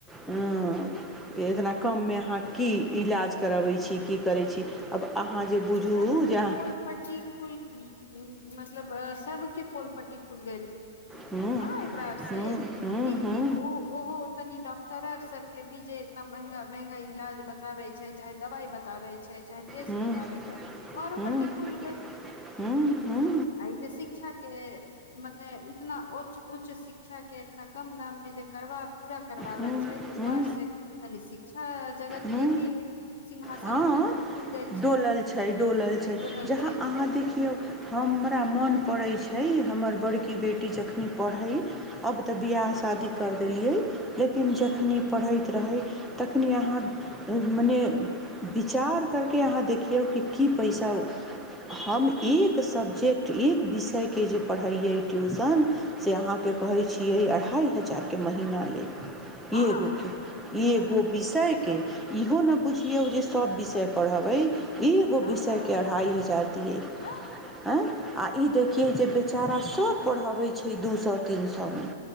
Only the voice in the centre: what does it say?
अंअ एतना कममे अहाँ की इलाज करबै छी की करै छी आब अहाँ जे बुझू
जे
हूँ
हूँ हूँ
हूँ
हूँ
हूँ
हूँ हूँ
हूँ हूँ
हूँ
हूँ
हूँ
हँ
डोलल छैक डोलल छैक
जहाँ
अहाँ
देखियौ हमरा मोन पड़ैत छै हमर बड़की
बेटी जक कखनी पढ़ै अब तऽ बियाह शादी करै देलियै लेकिन
जखनी
पढ़ैत रहय तखनी अहाँ मने विचार करकेँ अहाँ देखियौ कि की पैसा हम एक सब्जेक्ट एक विषयकेँ जे पढ़ैै ट्यूशन से अहाँके कहै छियैक अढ़ाइ हजार केँ महीना
ऐ गो के ऐ
गो
विषय केँ इहो ने बुझियौ जे सब विषय पढ़बैय एगो
विषयकेँ
अढ़ाइ हजार दियैक
ए आ ई देखियौ जे बेचारा सभ पढ़बै छैक दू सए तीन सए मे